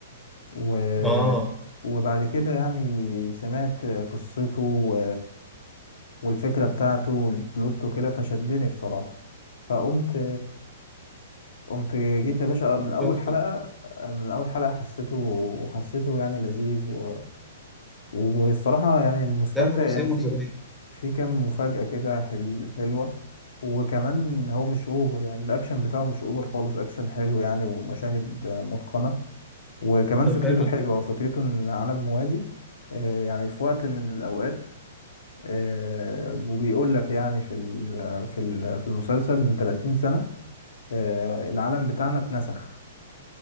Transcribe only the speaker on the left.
و...
وبعد كده يعني سمعت قصته و... والفكرة بتاعته والبلوت وكده فشدني بصراحة فقمت قمت جيت يا باشا آه، من أول
حلقة آه، من أول حلقة حسيته حسيته يعني لذيذ و... والصراحة يعني مستمتع
يعني في
في كام مفاجأة كده حل... حلوة وكمان هو مش اوفر يعني الاكشن بتاعه مش اوفر خالص اكشن حلو يعني ومشاهد متقنة وكمان
فكرته
حلوة وفكرته إن عالم موازي آه، يعني في وقت من الأوقات آه، وبيقول لك يعني في ال- في ال- في المسلسل من 30 سنة آه، العالم بتاعنا اتنسخ